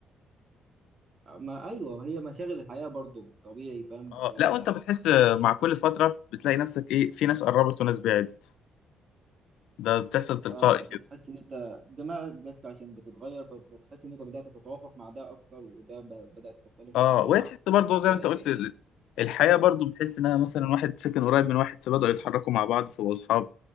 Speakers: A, on the right; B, on the left.
A: ما ايوه هي مشاغل الحياة برضو طبيعي فاهم
B: اه
A: انت
B: لا وانت بتحس آه،
A: مش
B: مع
A: هت...
B: كل فتره بتلاقي نفسك ايه في ناس قربت وناس بعدت ده بتحصل تلقائي
A: اه بتحس ان انت دماغك بس عشان بتتغير فبتحس ان انت بدأت تتوافق مع ده اكتر وده ب... بدأت تختلف
B: اه
A: معاك
B: وهي تحس برضه زي
A: آه،
B: ما انت قلت ال- الحياه برضه بتحس انها مثلا واحد ساكن قريب من واحد فبدأوا يتحركوا مع بعض فبقوا اصحاب